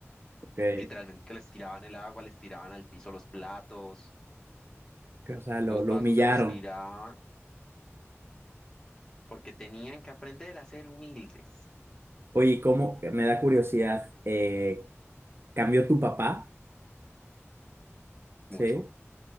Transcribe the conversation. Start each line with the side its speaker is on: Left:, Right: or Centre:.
Right: Ok, que,
Left: Literalmente les tiraban el agua, les tiraban al piso los platos,
Right: o sea, lo,
Left: los
Right: lo
Left: vasos
Right: humillaron.
Left: se los tiraba porque tenían que aprender a ser humildes.
Right: Oye, ¿cómo? Me da curiosidad. eh, ¿cambió tu papá? Sí.
Left: Mucho,